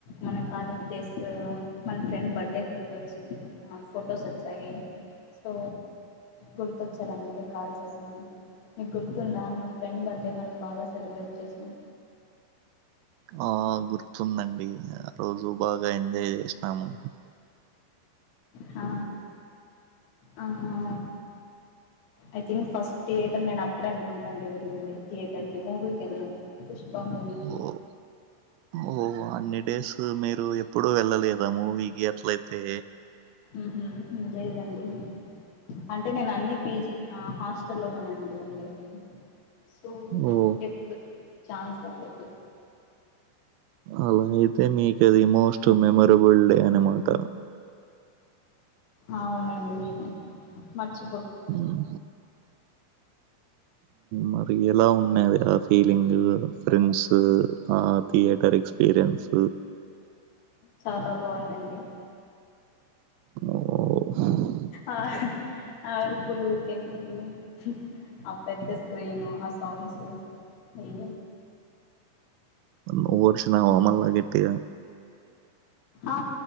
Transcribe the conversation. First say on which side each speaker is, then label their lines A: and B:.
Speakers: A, on the left; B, on the right.
A: మన కాలేజ్ డేస్ మన ఫ్రెండ్ బర్త్డే గుర్తొచ్చింది. ఫొటోస్ వచ్చాయి సో గుర్తొచ్చారు అందుకే కాల్ చేసామండి. మీకు గుర్తుందా మన ఫ్రెండ్ బర్త్డే మనం బాగా సెలబ్రేట్ చేసినం.
B: ఆ గుర్తుందండి ఆ రోజు బాగా ఎంజాయ్ చేసినాము.
A: హా ఆఆ ఐ థింక్ ఫస్ట్ ధియేటర్ నేను ఇప్పుడు అనుకుంటుండి వెళ్ళింది థియేటర్కి మూవీకి వెళ్ళం పుష్పా మూవీకి
B: ఓ ఓ అన్ని డేస్ మీరు ఎప్పుడూ వెళ్ళలేదా మూవీకి అట్లయితే
A: ఉహూ లేదండి అంటే నేను అన్ని పీజీ హాస్టల్లోలోనేండి ఉండేది సో
B: ఓ
A: ఎప్పుడు చాన్స్ రాలేదు
B: అలా అయితే మీక అది మోస్ట్ మెమొరెబుల్ డే అనమాట
A: అవునండి మచి
B: మ్మ్. మరి ఎలా ఉన్నది ఆ ఫీలింగ్ ఫ్రెండ్స్ ఆ థియేటర్ ఎక్స్పీరియన్స్
A: చాలా బాగుందండి
B: ఓ
A: ఆ ఆ అరుపులు కేకలు ఆ పెద్ద స్క్రీను ఆ సౌండ్స్ అయ
B: నువ్వు వరిసినవా మళ్ళ గట్టిగా
A: ఆ